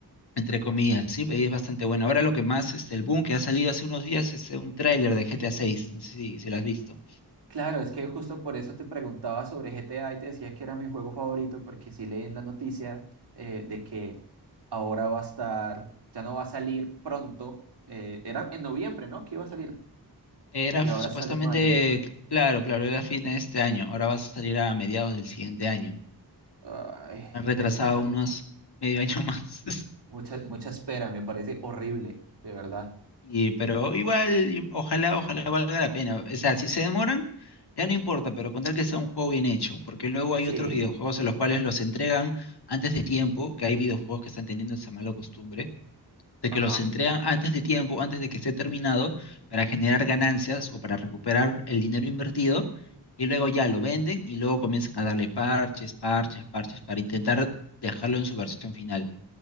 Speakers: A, on the left; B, on the right.
A: entre comillas, sí, pero es bastante bueno. Ahora lo que más, este, el boom que ha salido hace unos días es eh, un tráiler de GTA 6, no sé si, si lo has visto.
B: Claro, es que justo por eso te preguntaba sobre GTA y te decía que era mi juego favorito, porque sí leí en la noticia eh, de que ahora va a estar, ya no va a salir pronto, eh, era en noviembre, ¿no? Que iba a salir,
A: Era
B: y
A: supuestamente,
B: ahora sale en mayo.
A: claro, claro, era fin de este año, ahora va a salir a mediados del siguiente año.
B: Ay,
A: Han
B: e-
A: retrasado
B: es mucha,
A: unos medio año <laughs> más.
B: mucha, mucha espera, me parece horrible, de verdad.
A: Y, pero igual, y- ojalá, ojalá valga la pena. O sea, si se demoran, ya no importa, pero con tal que sea un juego bien hecho, porque luego hay
B: Sí,
A: otros videojuegos en los cuales los entregan antes de tiempo, que hay videojuegos que están teniendo esa mala costumbre de
B: ajá.
A: que los entregan antes de tiempo, antes de que esté terminado, para generar ganancias o para recuperar el dinero invertido, y luego ya lo venden y luego comienzan a darle parches, parches, parches para intentar dejarlo en su versión final.